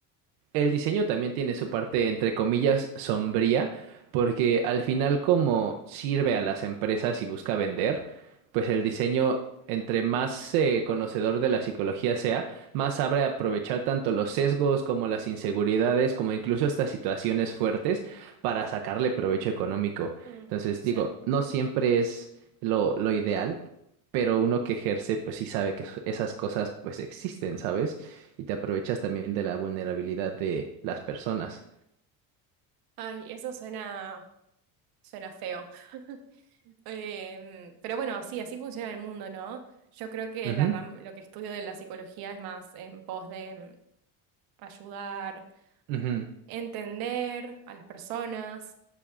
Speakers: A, on the right; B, on the right.
A: el diseño también tiene su parte, entre comillas, sombría, porque al final como sirve a las empresas y busca vender, pues el diseño, entre más eh, conocedor de la psicología sea, más sabe aprovechar tanto los sesgos como las inseguridades, como incluso estas situaciones fuertes para sacarle provecho económico.
B: Mm,
A: Entonces,
B: sí.
A: digo, no siempre es lo, lo ideal, pero uno que ejerce, pues sí sabe que esas cosas pues existen, ¿sabes? y te aprovechas también de la vulnerabilidad de las personas.
B: Ay, eso suena, suena feo. <laughs> Em, pero bueno, así así funciona el mundo, ¿no? Yo creo que
A: Ujú,
B: la ram- lo que estudio de la psicología es más en pos de mm, ayudar,
A: ujú,
B: entender a las personas,